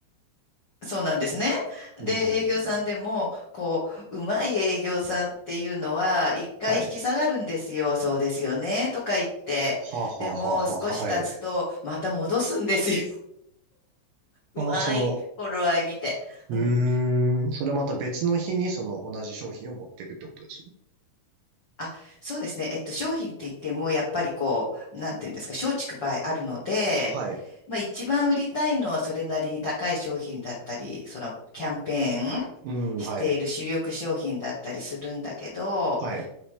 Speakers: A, on the left (about 60°); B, on the right (about 70°).
A: そうなんですね。で、
B: うん、
A: 営業さんでも、
B: うん、うん。
A: こう、うまい営業さんっていうのは、一回引き下がるんですよ。
B: はい。
A: そうですよね。とか言って。
B: はあはあはあはあ、
A: でも、少し経つと、
B: はい。
A: また戻すんですよ。<laughs> うまい。
B: あ、その、
A: 頃合い見て。
B: う
A: うん。
B: ーん、それまた別の日にその同じ商品を持っていくってことです。
A: あ、そうですね。えっと、商品って言っても、やっぱりこう、なんていうんですか、松竹梅あるので、
B: はい。
A: まあ一番売りたいのはそれなりに高い商品だったり、そのキャンペーン
B: うん、
A: している主力商品だったりするんだけど、
B: はい。はい。